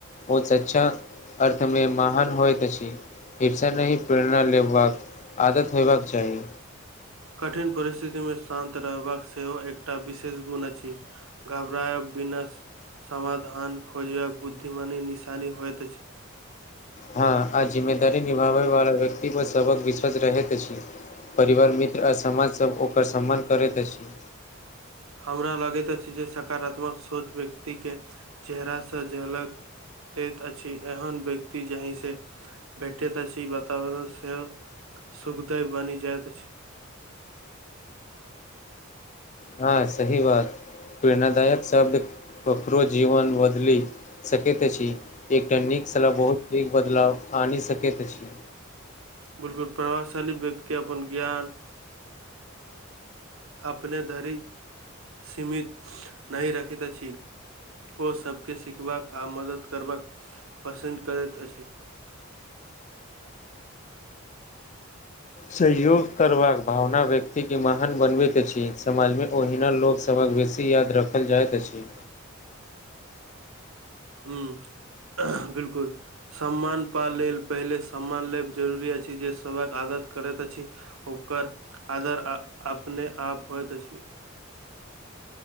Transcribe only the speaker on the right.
कठिन परिस्थितिमे शान्त रहबाक सेहो एकटा विशेष गुण अछि घबरायब बिना समाधान खोज यब बुद्धिमानी निशानी होइत अछि।
हमरा लगेतअछि जे सकारात्मक सोच व्यक्ति के चेहरा स झलक दैत अछि एहन व्यक्ति जाहि सँ भेटैत अछि वातावरण सेहो सुख देवबनि जाइत अछि
बिलकुल प्रभावशाली व्यक्ति अपन ज्ञान अपने धरि सीमित नहि रखेत अछि ओ सबके सीखबाक आ मदद करबाक पसन्द करैत अछि
हुम्म बिलकुल सम्मान पा लेल पहिले सम्मान लेब जरूरी अछि जैय सभक आदत करैत अछि ओकर आदर अपने आप होय त अछि